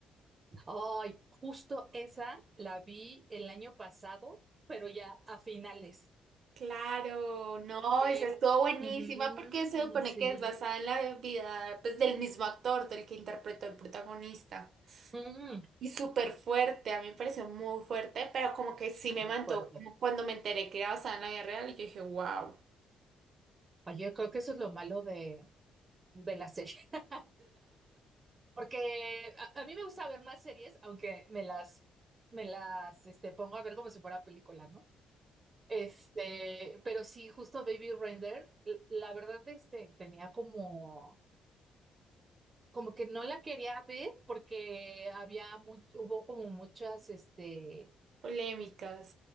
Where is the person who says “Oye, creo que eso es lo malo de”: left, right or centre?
Right